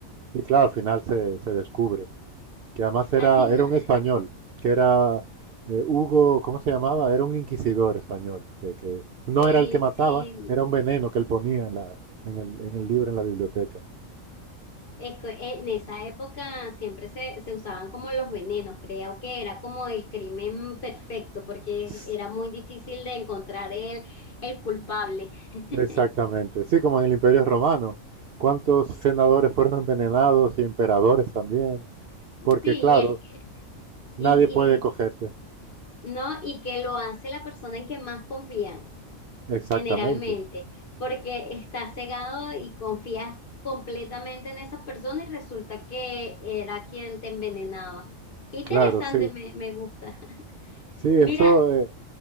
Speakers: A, on the right; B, on the left.
A: Y claro, al final se, se descubre que además era,
B: Al final,
A: era un español, que era eh, Hugo, ¿cómo se llamaba? Era un inquisidor español, que, que no
B: sí,
A: era el que mataba,
B: sí,
A: era un veneno que él ponía en la, en el, en el libro, en la biblioteca.
B: es que en esa época siempre se, se usaban como los venenos, creo que era como el crimen perfecto, porque
A: Sí.
B: era muy difícil de encontrar el, el culpable. <laughs>
A: Exactamente. Sí, como en el Imperio Romano. ¿Cuántos senadores fueron envenenados y emperadores también? Porque
B: Sí,
A: claro,
B: es-
A: nadie
B: y,
A: puede cogerte.
B: y, ¿no? Y que lo hace la persona en que más confían.
A: Exactamente.
B: generalmente, porque estás cegado y confías completamente en esa persona y resulta que era quien te envenenaba. Qué interesante,
A: Claro, sí.
B: me, me gusta. <laughs>
A: Sí,
B: Mira,
A: eso... eh,